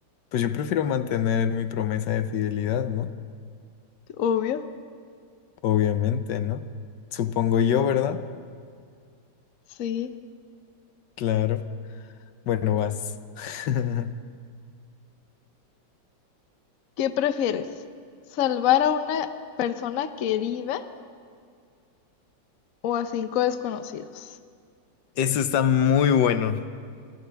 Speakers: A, on the left (about 75°); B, on the left (about 55°).
A: pues yo prefiero mantener mi promesa de fidelidad, ¿no?
B: obvio,
A: Obviamente, ¿no? Supongo yo, ¿verdad?
B: sí.
A: Claro. Bueno, vas. <laughs>
B: ¿Qué prefieres, salvar a una persona querida o a cinco desconocidos?
A: Eso está muy bueno.